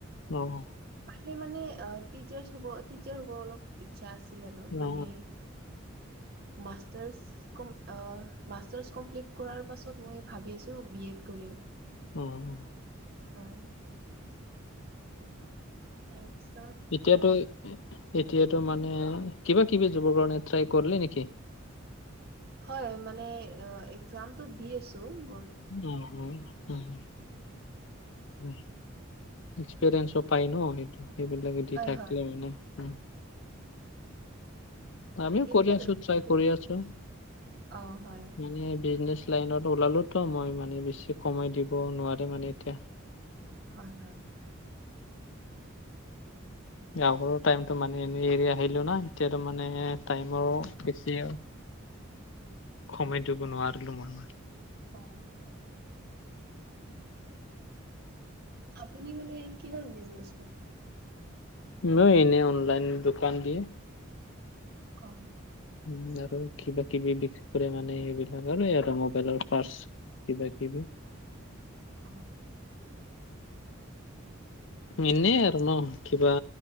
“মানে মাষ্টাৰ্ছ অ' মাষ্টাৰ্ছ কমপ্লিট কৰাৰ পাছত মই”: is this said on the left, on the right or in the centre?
Right